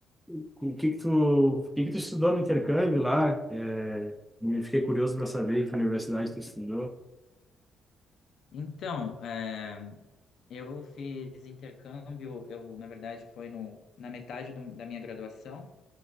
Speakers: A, in the centre; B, on the left.
A: o que que tu, o que que tu estudou no intercâmbio lá, é, me fiquei curioso para saber que universidade tu estudou.
B: Então, é, eu fiz intercâmbio, eu, na verdade, foi no, na metade do- da minha graduação.